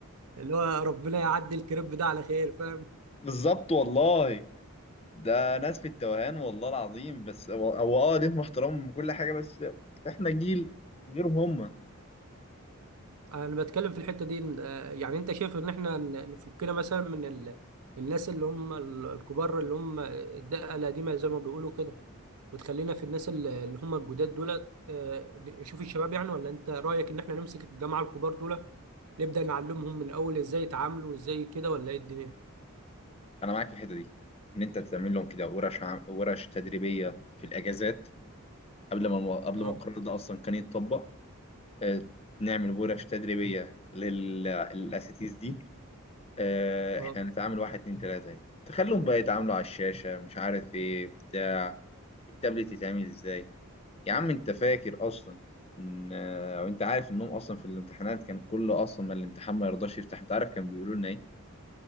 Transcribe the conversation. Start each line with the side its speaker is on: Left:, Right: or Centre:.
Right: اللي هو ربنا يعدي الكريب ده على خير فاهم
Left: بالظبط والله ده ناس في التوهان والله العظيم بس هو هو اه ليهم احترامهم وكل حاجه بس احنا جيل غيرهم هم
Right: انا بتكلم في الحته دي إن- آه، يعني انت شايف ان احنا ن- نفكنا مثلا من ال... الناس اللي هم ال- الكبار اللي هم الدقه القديمه زي ما بيقولوا كده وتخلينا في الناس ال- اللي هم الجداد دول آه، نشوف الشباب يعني ولا انت رايك ان احنا نمسك الجماعه الكبار دول نبدا نعلمهم من اول ازاي يتعاملوا وازاي كده ولا ايه الدنيا
Left: انا معاك في الحته دي ان انت تعمل لهم كده ورش عم... ورش تدريبيه في الاجازات قبل ما قبل
Right: اه
Left: ما القرار ده اصلا كان يتطبق آه، نعمل ورش تدريبية للأساتيز دي آه،
Right: اه
Left: إحنا هنتعامل واحد اتنين تلاتة اهي. تخليهم بقى يتعاملوا على الشاشة مش عارف إيه بتاع التابلت يتعمل إزاي يا عم أنت فاكر أصلا إن آه، وأنت عارف إنهم أصلا في الامتحانات كان كل أصلا ما الامتحان ما يرضاش يفتح أنت عارف كان بيقولوا لنا إيه